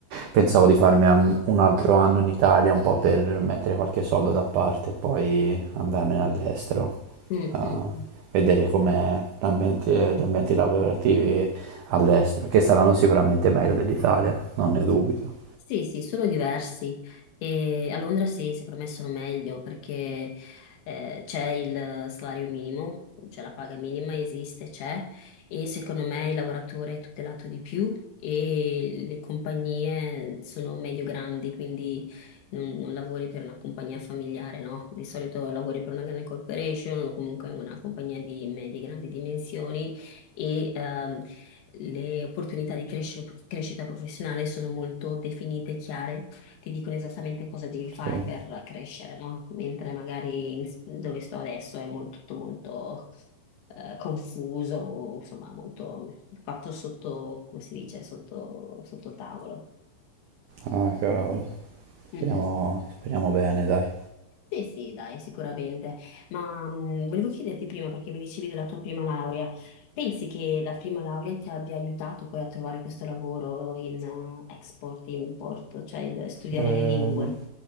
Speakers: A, on the right; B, on the left.
A: pensavo di farmi al- un altro anno in Italia un po' per mettere qualche soldo da parte e poi andarmene all'estero,
B: Mm,
A: a
B: mm, mm.
A: vedere come l'ambiente- gli ambienti lavorativi all'estero, che saranno sicuramente meglio dell'Italia, non ne
B: Sì,
A: dubito.
B: Sì, sì, sono diversi e a Londra sì, secondo me sono meglio perché eh, c'è il salario minimo, cioè la paga minima esiste, c'è e secondo me il lavoratore è tutelato di più e le compagnie sono medio-grandi, quindi non, non lavori per una compagnia familiare, no? Di solito lavori per una grande corporation o comunque una compagnia di medie-grandi dimensioni e ehm, le opportunità di cresce- crescita professionale sono molto definite e chiare, ti dicono esattamente cosa devi fare
A: Sì,
B: per crescere, no? Mentre magari in- dove sto adesso è molto, tutto molto eh, confuso, insomma, molto fatto sotto, come si dice, sotto, sotto tavolo.
A: ah cavolo,
B: Mm,
A: speriamo,
B: mm.
A: speriamo bene, dai.
B: Sì, sì, dai, sicuramente. Ma mh, volevo chiederti prima, perché mi dicevi della tua prima laurea, pensi che la prima laurea ti abbia aiutato poi a trovare questo lavoro in eh, export, import, cioè il- studiare
A: Ehm,
B: le lingue?